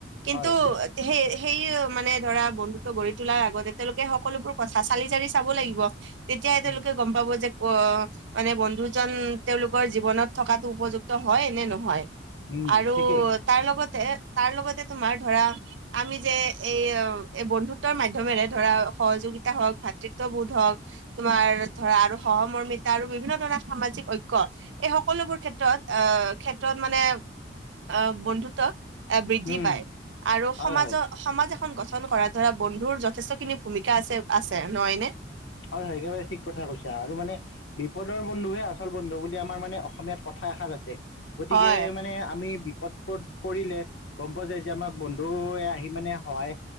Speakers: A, on the right; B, on the left.
A: কিন্তু
B: হয়
A: সেই সেই মানে ধৰা বন্ধুত্ব গঢ়ি তোলাৰ আগতে তেওঁলোকে সকলোবোৰ কথা চালি জাৰি চাব লাগিব। তেতিয়া তেওঁলোকে
B: উম
A: গ'ম পাব যে <unintelligible> মানে বন্ধুজন তেওঁলোকৰ জীৱনত থকাতো উপযুক্ত হয় নে নহয়।
B: উম
A: আৰু
B: ঠিকেই
A: তাৰ লগতে তাৰ লগতে তোমাৰ ধৰা আমি যে এই এই বন্ধুত্বৰ মাধ্যমেৰে ধৰা সহযোগিত হওঁক ভাতৃত্ববোধ হওঁক তোমাৰ ধৰা আৰু সহমৰ্মিতা আৰু বিভিন্ন ধৰণৰ সামাজিক ঐক্য এই সকলোবোৰ ক্ষেত্ৰত অ' ক্ষেত্ৰত মানে অ' বন্ধুত্ব বৃদ্ধি
B: উম
A: পায় আৰু
B: হয়
A: সমাজ
B: হয়
A: সমাজ গঠন কৰাত ধৰা বন্ধুৰ যথেষ্টখিনি ভূমিকা আছে আছে নহয়নে?
B: হয় হয় একেবাৰে ঠিক কথা কৈছা আৰু মানে বিপদৰ বন্ধুহে আচল বন্ধু বুলি আমাৰ মানে অসমীয়াত কথা এষাৰ আছ <unintelligible> গতিকে
A: হয়
B: মানে আমি বি প-প-পৰিলে গ'ম পোৱা যায় যে আমাক বন্ধুৱে আহি মানে সহায়